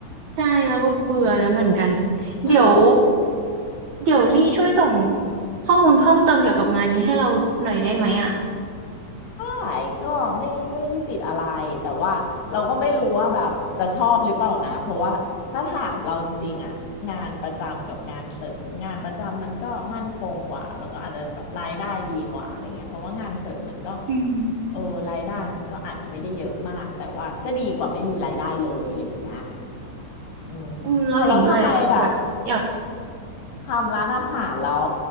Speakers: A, on the right (about 60°); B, on the left (about 80°).
A: ใช่แล้วก็เบื่อแล้วเหมือนกัน
B: <laughs>
A: เดี๋ยวเดี๋ยวลี่ช่วยส่งข้อมูลเพิ่มเติมเกี่ยวกับงานนี้ให้เราหน่อยได้ไหมอ่ะ
B: ใายก็ไม่ไม่ได้ติดอะไรแต่ว่าเราก็ไม่รู้ว่าแบบจะชอบหรือเปล่านะเพราะว่าถ้าถามเราจริงๆอ่ะงานประจำกับงานเสริมงานประจำมันก็มั่นคงกว่าแล้วก็อาจจะแบบรายได้ดีกว่าอะไรเงี้ยเพราะว่างานเสริมมันก็
A: อืม
B: เออรายได้มันก็อาจจะไม่ได้เยอะมากแต่ว่าก็ดีกว่าไม่มีรายได้เลยอะไรเงี้ยอืมเอาแล้วทำไมแบบ
A: อืมเราเห็นด้วยแบบอยาก
B: ทำร้านอาหารแล้ว